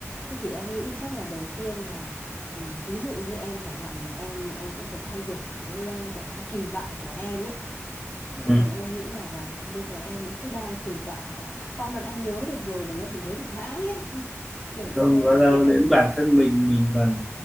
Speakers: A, on the left; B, in the centre.
A: Thế thì em nghĩ chắc là đầu tiên là ừ, ví dụ như em chẳng hạn là em em cũng phải thay đổi cái ờ, gọi là cái kỳ vọng của em ấy.
B: Ừ.
A: Chứ còn em nghĩ là vào bây giờ em ấy cứ đang kỳ vọng là con nó đã nhớ được rồi là nó phải nhớ được mãi ấy. <laughs> Kiểu như
B: không
A: thế.
B: có đâu đến bản thân mình mình còn